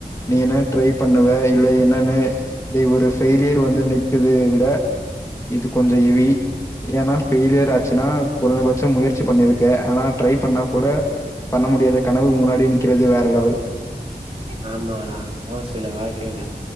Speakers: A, on the left (about 20°); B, on the right (about 35°).
A: நீ என்ன ட்ரை பண்ணுவ இல்ல என்னன்னு நீ ஒரு ஃபெய்லியர் வந்து நிக் விட இது கொஞ்சோ ஹெவி ஏனா ஃபெய்லியர் ஆச்சுனா கொறச்பட்சோ முயற்சி பண்ணிருக்க ஆனா ட்ரை பண்ணா கூட பண்ண முடியாத கனவு முன்னாடி நிக்கிறது வேற லெவல்
B: ஆமா சில வாழ்க்கைல